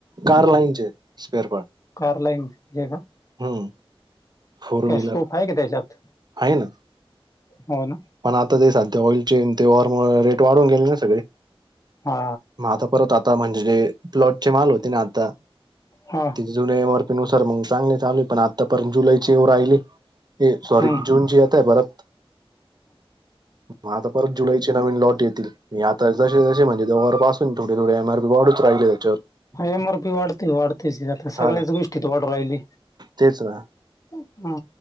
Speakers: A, on the right; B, on the left.
A: कार लाईनचे स्पेअर पार्ट
B: का लाईने
A: हम्म फोर व्हीलर
B: स्कोप आहे का त्याच्यात
A: आहे ना.
B: हो ना
A: पण आता ते साध्ये ऑइल चेन ते वर रेट वाढून गेले ना सगळे
B: हा
A: म आता परत आता म्हणजे. प्लॉट चे माल होते ना आता
B: हा
A: त जुने्या एमपी नुस सर मग चांगले चालू पण आता परंत जुलै एव राहिली हे सॉरी
B: हम्म
A: जूनचीी आत आहे भारत मग आता परत जुलैचे नवीन लॉट येतील मी आता जशे जशे हे रविवारपासून थोडी थोडी एम आर पी वाढूनच राहिली आहे.
B: एम आर पी वाढते वाढतेच आता सगळ्याच
A: हा ना
B: गोष्टीत वाढ राहिली
A: तेच ना
B: हम्म.